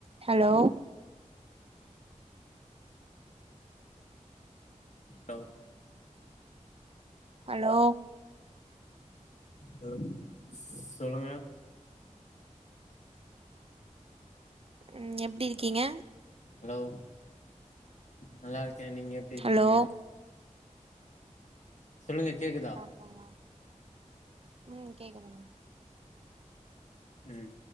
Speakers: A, on the right; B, on the left.
A: hello
B: டவ்
A: hello
B: hello சொல்லுங்க
A: ம் எப்டி இருக்கீங்க
B: ஹலோ நல்லா இருக்கே நீங்க எப்டி இருக்கீங்க
A: ஹலோ
B: சொல்லுங்க கேக்குதா
A: ஆமா ம் கேக்குதுங்க
B: ம்